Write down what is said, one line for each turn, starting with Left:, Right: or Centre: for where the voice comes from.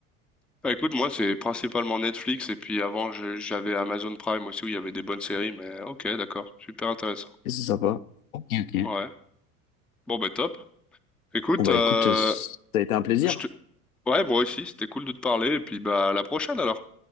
Centre: Bah écoute, moi c'est principalement Netflix et puis avant je- j'avais Amazon Prime aussi où il y avait des bonnes séries, mais ok, d'accord, super intéressant.
Left: Et c'est sympa. Ok, ok.
Centre: Ouais. Bon bah top. Écoute,
Left: Bon, bah,
Centre: euh,
Left: écoute, euh, ça a été un plaisir.
Centre: je te... ouais, moi aussi, c'était cool de te parler et puis bah à la prochaine alors.